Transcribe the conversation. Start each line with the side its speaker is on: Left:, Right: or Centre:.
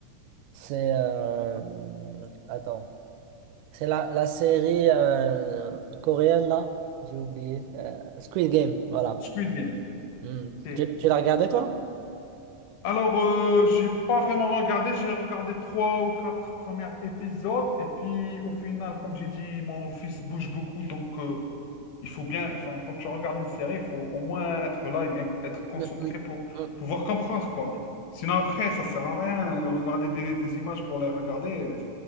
Right: c'est euh, attends c'est la, la série euh, coréenne là j'ai oublié euh, Squid Game voilà.
Left: Squid Game.
Right: Hmm.
Left: Ok.
Right: Tu, tu l'as regardée toi?
Left: Alors, euh, j'ai pas vraiment regardé, j'ai regardé trois ou quatre premiers épisodes, et puis au final, comme j'ai dit, mon fils bouge beaucoup, donc euh, il faut bien, enfin, quand tu regardes une série, il faut au moins être là et bien être concentré
Right: Hmm, hmm,
Left: pour
Right: hmm.
Left: pouvoir comprendre, quoi. Sinon, après, ça sert à rien, euh, regarder des, des images pour les regarder, euh,